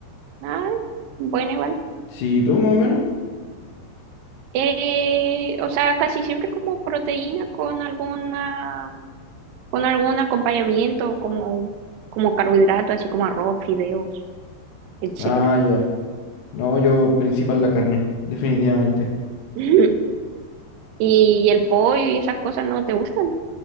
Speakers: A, on the right; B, on the left.
A: Ah, bueno, igual.
B: Sí, tú más o menos.
A: Eh, o sea, casi siempre como proteína con alguna, con algún acompañamiento, como, como carbohidrato, así como arroz, fideos, etcétera.
B: Ah, ya. No, yo principal la carne, definitivamente.
A: <laughs> Y el pollo y esas cosas no te gustan.